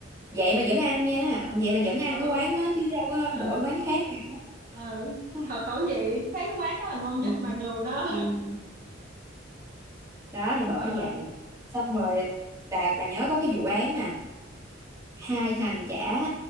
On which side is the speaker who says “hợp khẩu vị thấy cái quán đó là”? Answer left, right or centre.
Right